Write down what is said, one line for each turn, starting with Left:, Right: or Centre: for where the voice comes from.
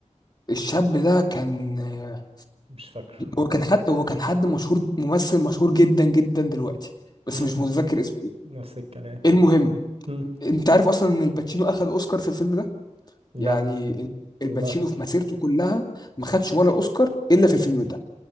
Left: الشاب ده كان آه،
Right: مش فاكره
Left: هو كان حد هو كان حد مشهور ممثل مشهور جدا جدا دلوقتي بس
Right: امم
Left: مش متذكر اسمه ايه
Right: نفس الكلام
Left: المهم
Right: امم
Left: انت عارف اصلا ان الباتشينو اخد اوسكار في الفيلم ده
Right: لا
Left: يعني ال- الباتشينو
Right: والله
Left: في مسيرته كلها ما خدش ولا اوسكار الا في الفيلم ده